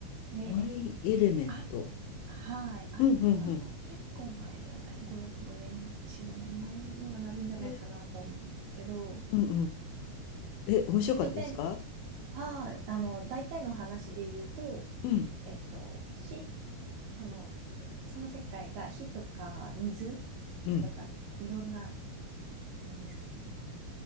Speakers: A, on the right (about 75°); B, on the left (about 80°).
A: で、
B: マイ・
A: え、
B: エレメント。
A: あ、はい、会ってたのは結構前じゃない、
B: うんうんうん。
A: 5、6 5年、4、5年前にはなるんじゃないかなとは思うんですけど、
B: へえうんうん。え、面白かったですか
A: 大体、はい、あの、大体の話で言うと、
B: うん、
A: えっと、火、その、その世界が火とか水、
B: うん。
A: とか、いろんな、なんですかね。